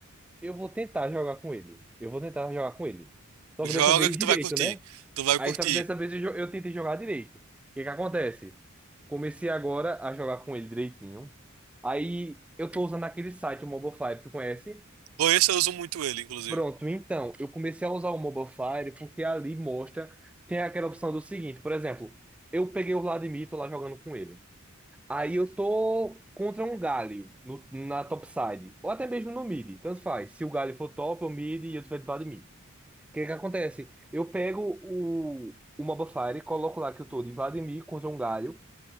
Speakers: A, in the centre; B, on the right (about 75°).
A: Eu vou tentar jogar com ele. Eu vou tentar jogar com ele. Só
B: joga
A: que dessa vez
B: que
A: direito,
B: tu vai curtir.
A: né?
B: Tu vai
A: Aí
B: curtir.
A: só que dessa vez eu, jo- eu tentei jogar direito. O que é que acontece? Comecei agora a jogar com ele direitinho. Aí eu tô usando aquele site, o Mobile Five, tu conhece?
B: Por isso eu uso muito ele, inclusive.
A: Pronto, então, eu comecei a usar o Mobile Fire porque ali mostra, tem aquela opção do seguinte, por exemplo, eu peguei o Vladimir, tô lá jogando com ele. Aí eu tô contra um Galio no, na topside, ou até mesmo no mid, tanto faz. Se o Galio for top, eu mid e eu tiver de Vladimir. O que que acontece? Eu pego o, o Mobile Fire, coloco lá que eu tô de Vladimir contra um Galio,